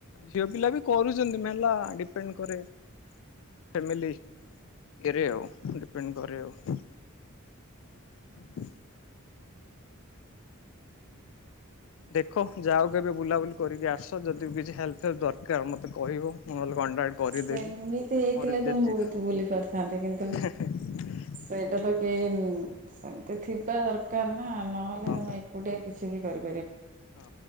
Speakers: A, on the left (about 65°); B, on the right (about 40°).
A: ଝିଅ ପିଲା ବି କରୁଚନ୍ତି ମେନ ହେଲା ଡିପେଣ୍ଡ କରେ ଫ୍ୟାମିଲି ଇଏରେ ଆଉ ଡିପେଣ୍ଡ କରେ ଆଉ। <inaudible> ଦେଖ ଯାଉ କେବେ ବୁଲାବୁଲି କରିକି ଆସ। ଯଦି ବି କିଛି ହେଲ୍ପ ଦରକାର ମତେ କହିବ ମୁଁ ନହେଲେ କଣ୍ଟାକ୍ଟ କରିଦେବି।
B: ସେମିତି ହେଇଥିଲେ
A: ମୋର ବି
B: ତ
A: ଯେତେ
B: ମୁଁ ବହୁତ ବୁଲି ପାରିଥାନ୍ତି
A: <inaudible>
B: କିନ୍ତୁ ସେଇଟା ତ କେହି ସେମିତି ଥିବା ଦରକାର ନା ନହେଲେ ତମେ
A: ହଁ
B: ଏକୁଟିଆ କିଛି ବି କରିବ
A: ହଁ